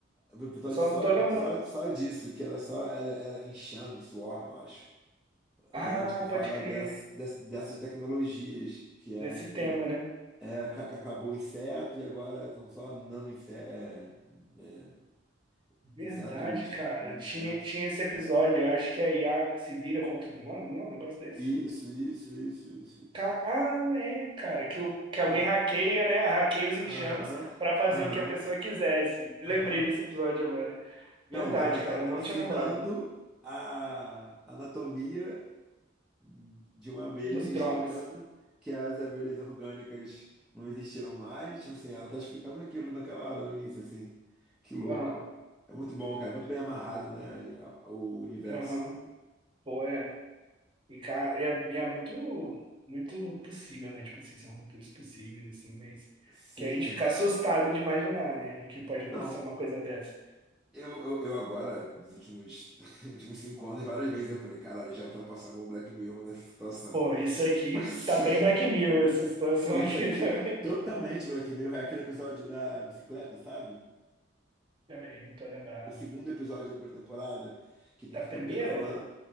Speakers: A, in the centre; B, on the right.
A: Um episódio
B: Eu só
A: só,
B: não tô lembrando.
A: só, só disso, que ela só era, era enxame, swarm, eu acho.
B: Ah,
A: Um episódio que fala
B: pode crer,
A: dess, dess, dessas tecnologias que eram,
B: desse
A: tipo,
B: tema, né?
A: É, ca- que acabou o inseto e agora são só nano inse- é, é,
B: Verdade,
A: insetos,
B: cara.
A: nano
B: Tinha,
A: insetos.
B: tinha esse episódio. Eu acho que a IA se vira contra os humanos, não? é Um negócio desse?
A: Isso, isso, isso, isso, isso.
B: Ca-
A: isso.
B: Ah, é, cara. Que, o- que
A: Então,
B: alguém hackeia, né? Hackeia os enxames
A: aham,
B: pra fazer
A: aham,
B: o que a pessoa quisesse. Lembrei
A: aham.
B: desse episódio agora. Verdade,
A: Então, ela está
B: cara. Eu não
A: ensinando
B: tinha lembrado
A: a anatomia de uma abelha,
B: dos
A: e
B: drones.
A: explicando que as abelhas orgânicas não existiram mais. Tipo assim, ela está explicando aquilo naquela hora, no início, assim. Que louco.
B: Aham,
A: É muito bom, cara. É Muito bem amarrado, né? a- O universo.
B: aham. Pô, é. E, cara, é, é muito, muito possível, né? Tipo assim, são roteiros possíveis, assim, mas.
A: Sim.
B: Que a gente fica assustado de imaginar, né? Que pode acontecer
A: Não,
B: uma coisa dessa.
A: eu, eu, eu agora, nos últimos, <laughs> nos últimos cinco anos, várias vezes eu falei, caralho, já ultrapassamos o Black Mirror nessa situação.
B: Pô, isso aqui
A: Tipo assim,
B: tá bem Black Mirror, essa situação
A: <laughs> isso
B: <laughs> aqui
A: aqui,
B: também.
A: totalmente Black Mirror, é aquele episódio da bicicleta, sabe?
B: Peraí, não tô lembrado.
A: O segundo episódio da primeira temporada, que tem
B: Da
A: que ficar
B: primeira?
A: pedalando